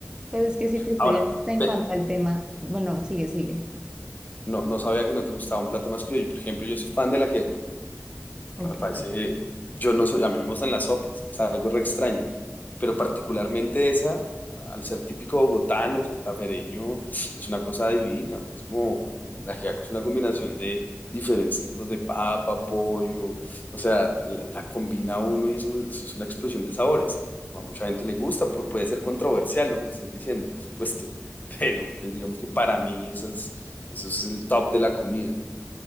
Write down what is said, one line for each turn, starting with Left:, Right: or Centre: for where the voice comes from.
Right: Pero es que si te
Left: Ahora,
Right: soy honesta en
Left: pe-
Right: cuanto al tema, bueno, sigue, sigue.
Left: No, no sabía que no te gustaba un plato más criollo. Por ejemplo, yo soy fan del ajiaco.
Right: Ok.
Left: No Me parece, yo no soy, a mí no me gustan las sopas, es algo re extraño, pero particularmente esa, al ser típico bogotano, santafereño, es una cosa divina, o sea, es como, la ajiaco es una combinación de diferentes tipos de papa, pollo, o sea, la, la combina uno y eso, eso es una explosión de sabores. A mucha gente le gusta, pu- puede ser controversial lo que te estoy diciendo, por supuesto, <laughs> pero pues digamos que para mí eso es, eso es el top de la comida.